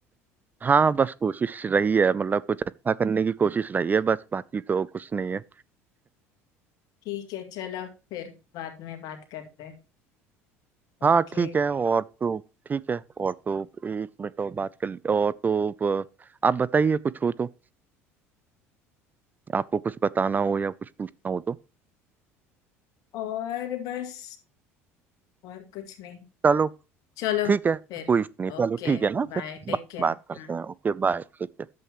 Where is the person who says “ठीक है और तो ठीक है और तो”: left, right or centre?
Right